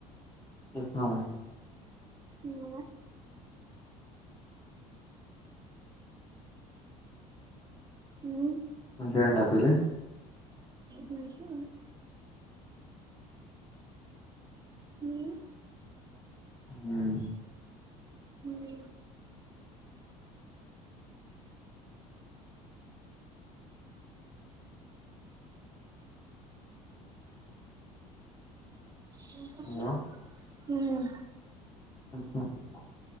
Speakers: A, on the left; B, on the right.
A: ఎళ్తన్నావ
B: నేన మ్
A: మంచిగయింద పెళ్ళి
B: మంచిగయింది. మ్
A: మ్
B: మ్మ్ మ్
A: హలో
B: హ్మ్
A: <inaudible>